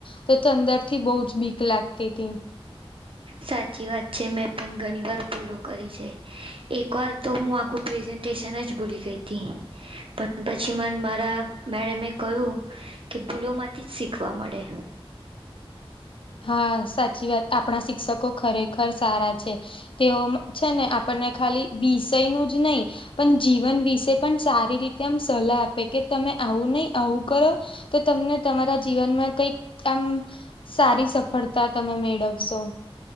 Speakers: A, on the left; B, on the right.
A: તો ત અંદર થી બહુ જ ભીક લાગતી હતીી.
B: સાચી વાત છે મેં પણ ઘણી વાર ભૂલો કરી છે. એક વાર તો હું આખું પ્રેઝન્ટેશન જ બોલી ગઈ હતી. પણ પછી મને મારા મેડમે એ કહ્યું. કે ભૂલો માંથી જ શીખવા મળે.
A: હા સાચી વાત આપણા શિક્ષકો ખરેખર સારા છે તેઓ. છે ને આપણને ખાલી વિષયનું જ નહીં. પણ જીવન વિશે પણ સારી રીતે આમ સલાહ આપે કે તમે આવું નહી આવું. કરો તો તમને તમારા જીવનમાં કઈક આમ સારી. ફરતા તમે મેળવશો.